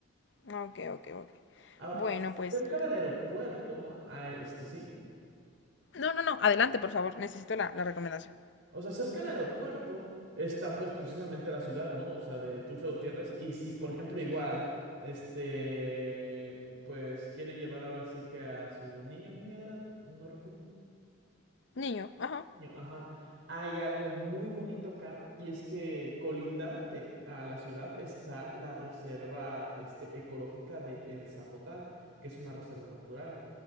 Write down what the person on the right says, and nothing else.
Ahora,
cerca del aeropuerto, ah, este sí.
O sea, cerca del aeropuerto está pues precisamente la ciudad, ¿no? O sea, de Tuxtla Gutiérrez. Y si, por ejemplo, igual, este, pues quiere llevar ahora sí que a su niño, niña era, no recuerdo.
Niño, Ajá. Hay algo muy bonito acá y es que colindante a la ciudad está la reserva este, ecológica de El Zapotal, que es una reserva natural.